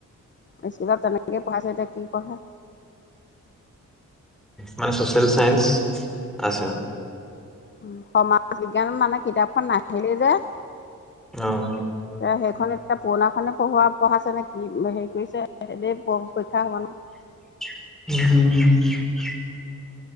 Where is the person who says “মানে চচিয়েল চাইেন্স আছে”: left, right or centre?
Centre